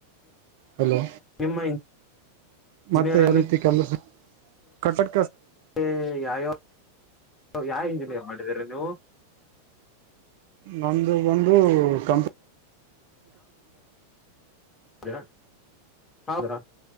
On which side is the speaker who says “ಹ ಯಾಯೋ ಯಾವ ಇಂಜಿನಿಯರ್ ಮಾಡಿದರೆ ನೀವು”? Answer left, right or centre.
Left